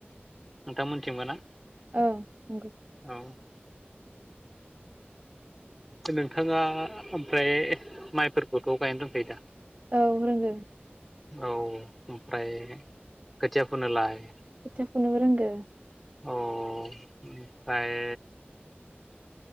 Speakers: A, in the centre; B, on the right (about 35°).
A: नोंथां मोनथिंबो ना?
B: औ नंगौ
A: औ नोंथाङा ओमफ्राय माइफोरखौथ' गायनो रोंखायो दा?
B: औ रोंगो।
A: औ ओमफ्राय खोथिया फुनोलाय?
B: खोथिया फुनोबो रोंगो।
A: अ ओमफ्राय